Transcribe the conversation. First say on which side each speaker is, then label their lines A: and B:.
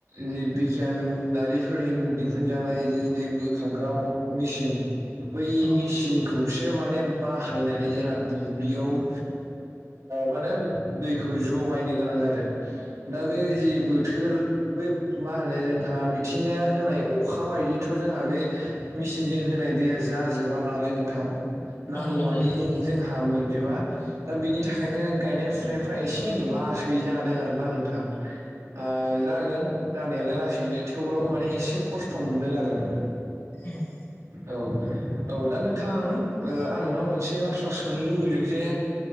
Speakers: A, on the right (about 80°); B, on the left (about 60°).
A: जि बिगियानदारि। फोरजों दिहुनजानाय जि दै बोखांग्रा अद मेसिन बै
B: उम उम
A: मेसिन जौसे माने बाहायनानै जोंहा दुब्लियाव ओ मानो होनो दै खौ जगायनो गोनां जादों दा बे
B: उम
A: जि बोथोर। बै मा होनो जोंहा मिथिंगाया होनाय अखा बायदिथ' जोंहा बे मिसिनजो होनाय दैया जाजोबा नालाय नोंथां। नांगौमानि
B: नंगौ नंगौ नोंथां
A: जोंहा मोनजोबा दा बिनि थाखायनो
B: उम
A: गायनाय फु एसे लासै जादों आरोना नोंथां ओ जागोन। नायालाय लासैनो थेवब्लाबो माने एसे खस्थ' मोन्दों आरो नोंथां।
B: उम
A: औ औ। दा नोंथां ओ आं नोंनाव मोनसे बाथ्रा सोंनो लुबैदों जे